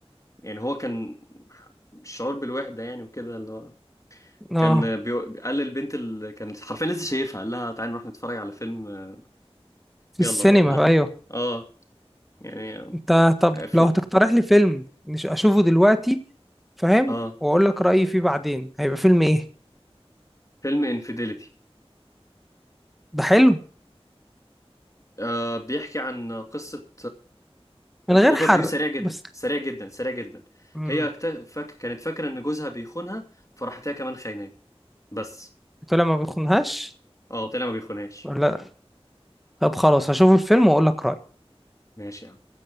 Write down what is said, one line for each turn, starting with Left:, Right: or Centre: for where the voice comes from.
Left: يعني هو كان الشعور بالوحده يعني وكده اللي هو
Centre: اه
Left: كان بي... قال للبنت اللي كانت حرفيا لسه شايفها قال لها تعالي نروح نتفرج على فيلم آه،
Centre: في
Left: يلا
Centre: السينما
Left: بقى الله يخ...
Centre: ايوه
Left: اه يعني
Centre: انت طب
Left: آه، في...
Centre: لو هتقترح لي فيلم مش اشوفه دلوقتي فاهم
Left: اه
Centre: واقول لك رايي فيه بعدين هيبقى فيلم ايه
Left: فيلم انفيديليتي
Centre: ده حلو
Left: آه بيحكي عن قصة
Centre: من غير
Left: اوفر
Centre: حرق
Left: فيو سريع جدا
Centre: بس
Left: سريع جدا سريع جدا
Centre: امم
Left: هي اكت- فاك كانت فاكرة ان جوزها بيخونها فراحت هي كمان خايناه بس
Centre: طلع ما بيخنهاش
Left: اه طلع ما بيخونهاش
Centre: ولا طب خلاص هشوف الفيلم واقول لك رايي
Left: ماشي يا عم